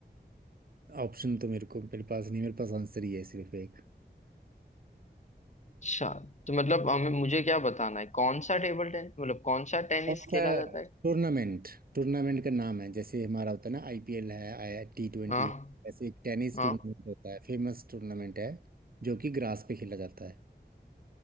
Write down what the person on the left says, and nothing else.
अच्छा तो मतलब हमें मुझे क्या बताना है कौन सा टेबल टेनिस मतलब कौन सा टेनिस
खेला जाता है
हाँ
हाँ